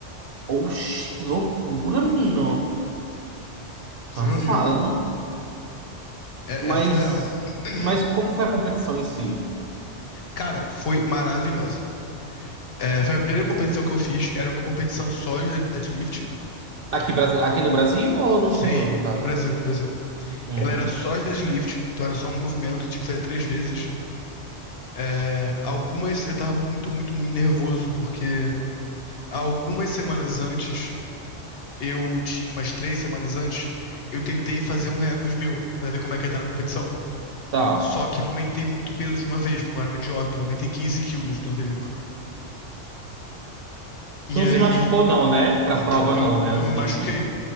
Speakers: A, on the right (about 60°); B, on the left (about 60°).
A: Oxi, que loucura, menino.
B: Você
A: Passado.
B: vê o nível. É,
A: Mas,
B: é surreal. <clears throat>
A: mas como foi a competição em si?
B: Cara, foi maravilhosa. É, foi a primeira competição que eu fiz. Era uma competição só de dead- deadlift.
A: Aqui, Brasi- aqui no Brasil ou no
B: Sim,
A: exterior, no caso?
B: no Brasil, no Brasil.
A: Uhum.
B: Ela era só de deadlift, então era só um movimento, tinha que fazer três vezes. É, algumas eu tava muito, muito, muito nervoso, porque algumas semanas antes eu tinha umas três semanas antes, eu tentei fazer um recorde meu, pra ver como é que ia estar na competição.
A: Tá.
B: Só que eu aumentei muito o peso de uma vez, porque eu era um idiota, eu aumentei 15 quilos do anterior. E
A: Tu não
B: aí,
A: se machucou, não, né? Pra
B: então,
A: prova,
B: eu,
A: não, né? Antes
B: eu me machuquei.
A: disso.